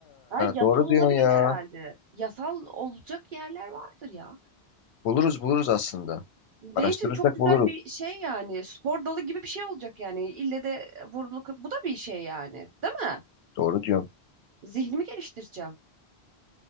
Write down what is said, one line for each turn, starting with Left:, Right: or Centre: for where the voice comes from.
Right: Ha yasal
Left: doğru
Right: olabilir
Left: diyorsun ya.
Right: herhalde. Yasal olacak yerler vardır ya.
Left: Buluruz buluruz aslında.
Right: Benim
Left: Araştırırsak
Right: için çok güzel
Left: buluruz.
Right: bir şey yani. Spor dalı gibi bir şey olacak yani. İlle de vuruluk. Bu da bir şey yani. Değil mi?
Left: Doğru diyorsun.
Right: Zihnimi geliştireceğim.